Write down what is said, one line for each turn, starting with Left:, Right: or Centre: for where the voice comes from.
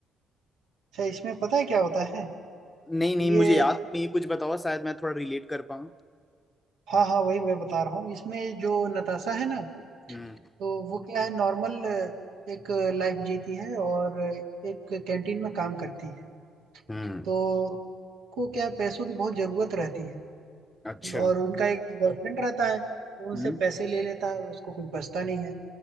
Right: अच्छा इसमें पता है क्या होता है
Left: नहीं नहीं
Right: ये
Left: मुझे याद तो नहीं है, कुछ बताओ शायद मैं थोड़ा रिलेट कर पाऊँ
Right: हाँ हाँ वही मैं बता रहा हूँ इसमें जो नताशा है ना
Left: हम्म
Right: तो वो क्या है नॉर्मल एक लाइफ जीती है और एक कैंटीन में काम करती है
Left: हम्म
Right: तो को क्या है पैसों की बहुत जरूरत रहती है
Left: अच्छा
Right: और उनका एक बॉयफ्रेंड रहता है तो उनसे
Left: हम्म
Right: पैसे ले लेता है उसको कुछ बचता नहीं है